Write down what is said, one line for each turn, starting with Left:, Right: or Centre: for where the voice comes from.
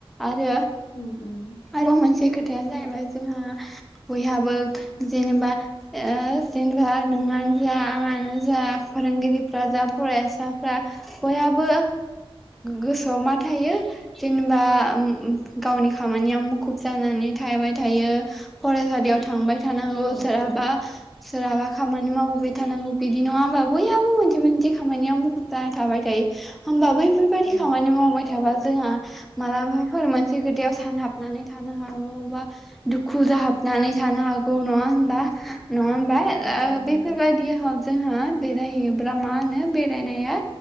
Centre: आरो
Left: उम। उम
Centre: आरो मोनसे खोथाया जाहै बाय जोंहा बयहाबो जेनेबा ओ जेनेबा नोंङानो जा आंनो जा फोरोंगिरिफ्रा जा फरायसाफ्रा बयहाबो गोसोआव मा थायो जेनेबा गावनि खामानिया मुखुब जानानै थाबाय थायो फरायसालियाव थांबाय थानांगौ
Left: औ
Centre: सोरहाबा सोरहाबा खामानि मावबोबाय थानांगौ बिदि नङा होमबा बयहाबो मोनसे मोनसे खामानियाव मुखुब जाना थाबाय थायो होमबा बै बैफोरबायदि
Left: औ
Centre: खामानि मावबाय थाबा जोंहा मालाबाफोर मोनसे खो थायाव सानहाबनानै थानो हागौ बा दुखु जाहाबनानै थानो हागौ नङा होनबा? नङा होमबा ओ
Left: औ औ नंगौ
Centre: बेफोरबायदि हग जोंहा बेरायहैयोब्रा मा होनो बेरायनाया